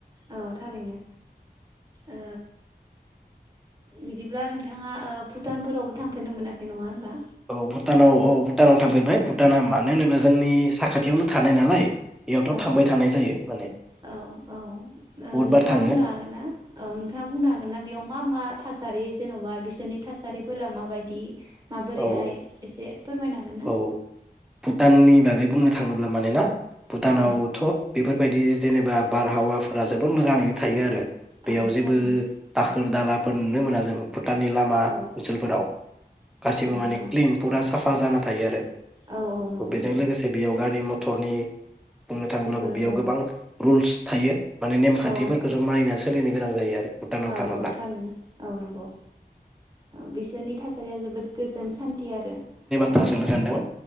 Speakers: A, on the right (about 25°); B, in the centre.
A: औ थारैनो ओ बिदिब्ला नोंथाङा ओ भुटानफोरावबो थांफेरनो मोनाखै नङा होनबा?
B: औ भुटानाव औ भुटानाव थांफेरबाय भुटाना मानो होनोब्ला जोंनि साखाथियावनो थानाय नालाय। बेयावथ'
A: औ औ
B: थांबाय थानाय जायो माने
A: औ औ ओ
B: बहुदबार
A: नोंथाङा
B: थाङो
A: बुंनो हागोनना औ नोंथाङा बुंनो हागोनना बेयाव मा मा थासारि जेन'बा बि बिसोरनि थासारिफोरा माबायदि माबोरैहाय
B: औ
A: एसे फोरमायनो हागोन ना
B: औ भुटाननि बागै बुंनो थाङोब्ला माने ना भुटानावथ'
A: औ
B: बेफोरबाय बिदि जेनेबा बारहावाफोरा जोबोद मोजाङैनो थायो आरो बेयाव
A: औ
B: जेबो
A: थारैनो
B: दाखोर दाला फोर नुनो मोना जों भुटाननि लामा
A: औ
B: ओनसोलफोराव गासिबो
A: औ
B: माने
A: नंगौ
B: क्लिन फुरा साफा आजाना थायो आरो
A: औ औ नंगौ
B: बेजों
A: नोंथां
B: लोगोसे बेयाव गारि म क्टरनि बुंनो थाङोब्लाबो
A: जेबो
B: बेयाव
A: औ
B: गोबां रुल्स थायो माने नेमखान्थिफोरखौ
A: औ
B: जों मानिनानै सोलिनाय गोनां जायो आरो भुटानाव
A: औ
B: थाङोब्ला
A: औ थारैनो औ नंगौ औ बिसोरनि थासारिया जोबोद गोजोन सान्थि आरो
B: खोथा
A: औ
B: सोंनो सानदों